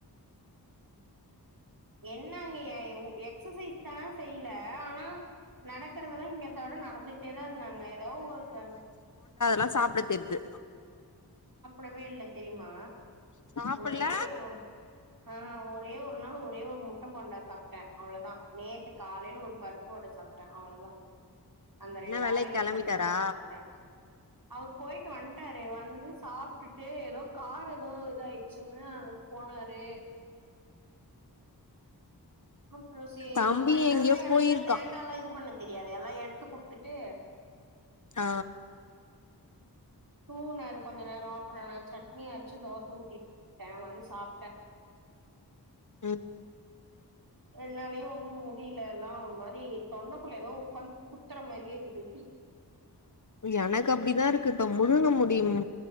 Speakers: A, on the right; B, on the left.
A: என்ன அங்க எ எக்சசைஸ்தா செய்ல ஆனா நடக்கறது அதெல்லா இங்கத்த விட நடந்துகிட்டேதா இருந்த அங்க எதா ஒரு வே
B: ன சாப்ட தெரிது
A: டவே இல்ல தெரிமா
B: சாப்புட்ல
A: ஒரே ஒ ஆ ஒ ஒரே ஒரு நாள் ஒரே ஒரு முட்ட போண்டா சாப்ட்ட அவ்வளதா நேத்து காலையில ஒரு பருப்புவட சாப்ட்ட அவ்ளதா அந்த ரெண்டு
B: என்ன வேலைக்கு
A: ஆயில்
B: கெளம்பிட்டாரா
A: ஐட்டம்தா சாப்ட்ட அவர் போயிட்டு வன்ட் டாரு வந்து சாப்டுட்டு எதோ கார் எதோ இது ஆயிச்சுன்னு அதுக் போனாரு அப்ற சேரி
B: தம்பி
A: வந்தாதா
B: எங்கயோ
A: எனக்குதா
B: போயிருக்கா
A: தேங்காலா இது பண்ண தெரியாது எல்லா எடுத்து குடுத்துட்டு
B: ஆ
A: தூங்குனாரு கொஞ்ச நேர அப்பற நா சட்னி அரைச்சு தோச ஊத்திட்டே வந்து சாப்ட்டா
B: ம்
A: என்னாலயு ஒன்னு முடில எல்லா ஒரு மாரி தொண்டைக்குள்ள எதோ உக்காந்து குத்தற மாரியே இருக்குது
B: எனக்கு அப்படிதா இருக்கு இப்ப முழுங்க முடியும்